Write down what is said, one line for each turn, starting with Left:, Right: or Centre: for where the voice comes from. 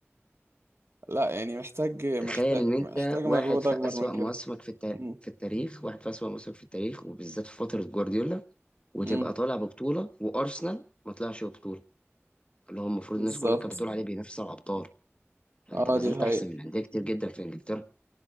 Right: لا يعني محتاج محتاج
Left: تخيل إن
Right: محتاج
Left: أنت
Right: مجهود
Left: واحد في
Right: اكبر
Left: أسوأ
Right: من كده
Left: مواسمك في التا...
Right: مم.
Left: في التاريخ واحد في أسوأ مواسمك في التاريخ وبالذات في فترة جوارديولا وتبقى
Right: مم.
Left: طالع ببطولة وأرسنال ما طلعش ببطولة اللي هو المفروض
Right: بالظبط
Left: الناس كلها كانت بتقول عليه بينافس على الأبطال فأنت
Right: اه
Left: ما
Right: دي
Left: زلت
Right: حقيقة
Left: أحسن من أندية كتير جدا في إنجلترا